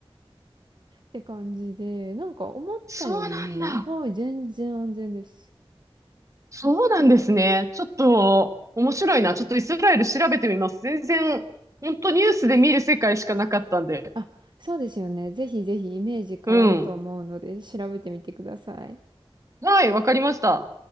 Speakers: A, on the right; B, on the right.
A: て感じで、なんか思ったより、
B: そうなんだ。
A: はい、全然安全です。
B: そうなんですね。ちょっと面白いな。ちょっとイスラエル調べてみます。全然、本当ニュースで見る世界しかなかったんで。
A: あ、そうですよね。ぜひぜひイメージ変わると思うので調べてみてください。
B: うん。はい、わかりました。